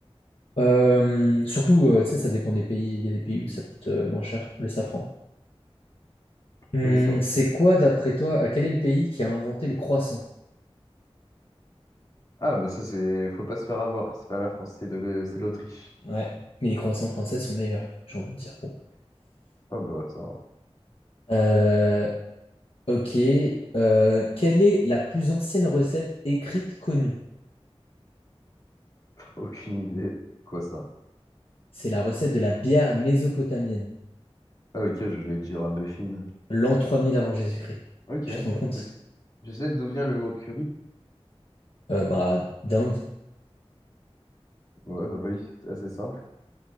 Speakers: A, on the left (about 60°); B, on the left (about 40°).
A: Euh, surtout, euh, tu sais, ça dépend des pays. Il y a des pays où ça coûte euh, moins cher, le safran. Hum,
B: Oui, ça va.
A: c'est quoi, d'après toi, euh, quel est le pays qui a inventé le croissant?
B: Ah, bah ça, c'est... Faut pas se faire avoir. C'est pas la France, c'est le... c'est l'Autriche.
A: Ouais, mais les croissants français sont meilleurs, j'ai envie de dire. Bon.
B: Ah bah ça,
A: Euh, ok. euh, quelle est la plus ancienne recette écrite connue?
B: <laughs> aucune idée. C'est Quoi ça?
A: C'est la recette de la bière mésopotamienne,
B: Ah ok, je voulais dire un béfine.
A: l'an 3000 avant Jésus-Christ.
B: Ok.
A: Tu te rends compte?
B: Je je sais d'où vient le mot curry.
A: Euh, bah, d'Inde.
B: Ouais, bah oui, c'est assez simple.